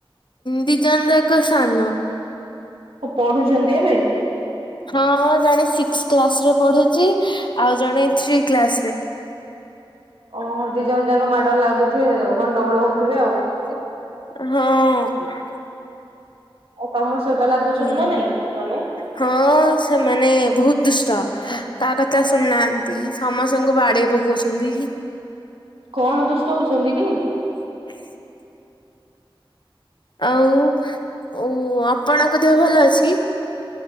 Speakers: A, on the left; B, on the right.
A: ଦିଜଣ ଯାକ ସାନ
B: ପଢୁଛନ୍ତି ଏବେ
A: ହଁ ଜଣେ ସିକ୍ସ କ୍ଲାସରେ ପଢୁଛି ଆଉ ଜଣେ ଥ୍ରୀ କ୍ଲାରେ
B: ଓହୋ ଦି ଜଣ ଯାକ ମାଡ ଲାଗୁଥିବେ ଗଣ୍ଡଗୋଳ ହଉଥିବେ ଆଉ
A: ହଁ
B: ଆଉ ତମ ସହିତ ଲାଗୁଛନ୍ତି
A: ଓହୋ।
B: ନା ନାଇଁ ମାନେ
A: ହଁ ସେମାନେ ବହୁତ ଦୁଷ୍ଟ କାହା କଥା ଶୁଣିନାହାନ୍ତି ସମସ୍ତଙ୍କୁ ବାଡେଇ ପ କହୁଛନ୍ତି।
B: କଣ ଦୁଷ୍ଟ ହଉଛନ୍ତି କି?
A: <inaudible> ଆଉ ଆପଣଙ୍କ ଦେହ ଭଲ ଅଛି?